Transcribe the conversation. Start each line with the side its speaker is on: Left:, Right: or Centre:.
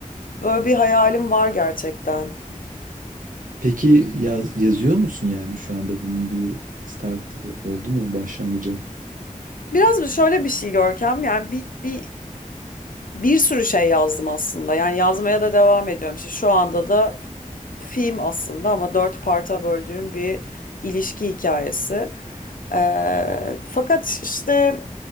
Left: Böyle bir hayalim var gerçekten.
Right: Peki yaz, yazıyor musun yani şu anda bunun bir start oldu mu başlangıcı?
Left: Biraz şöyle bir şey Görkem yani bir, bir Bir sürü şey yazdım aslında. Yani yazmaya da devam ediyorum. İşte şu anda da film aslında ama dört parta böldüğüm bir ilişki hikayesi. Ee, fakat işte